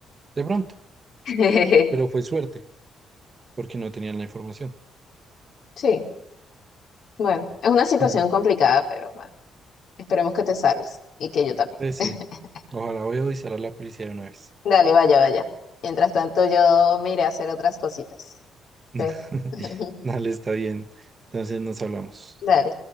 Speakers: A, on the right; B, on the left.
A: de pronto,
B: <laughs>
A: pero fue suerte, porque no tenían la información.
B: Sí, bueno, es una situación
A: <laughs>
B: complicada, pero bueno, esperemos que te salves y que yo también.
A: Pues
B: <laughs>
A: sí, ojalá voy a avisar a la policía de una vez.
B: Dale, vaya, vaya. Mientras tanto, yo me iré a hacer otras cositas.
A: <laughs>
B: Entonces, <laughs>
A: Dale, está bien. Entonces nos hablamos.
B: Dale.